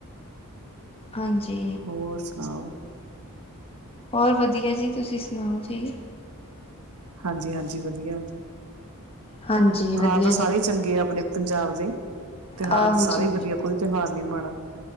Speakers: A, on the left; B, on the right.
A: ਹਾਂਜੀ।
B: ਹੋਰ ਸੁਣਾਓ
A: ਹੋਰ ਵਧੀਆ ਜੀ ਤੁਸੀਂ ਸੁਣਾਓ ਠੀਕ।
B: ਹਾਂਜੀ ਹਾਂਜੀ ਵਧੀਆ।
A: ਹਾਂਜੀ ਵਧੀਆ
B: ਬਹਾਰ ਤਾਂ ਸਾਰੇ
A: ਜੀ
B: ਹੀ ਚੰਗੇ ਆ ਆਪਣੇ ਪੰਜਾਬ ਦੇ। ਤਿਉਹਾਰ
A: ਆਹੋ
B: ਤੇ ਸਾਰੇ
A: ਜੀ
B: ਹੀ ਵਧੀਆ ਕੋਈ ਤਿਉਹਾਰ ਨੀ ਮਾੜਾ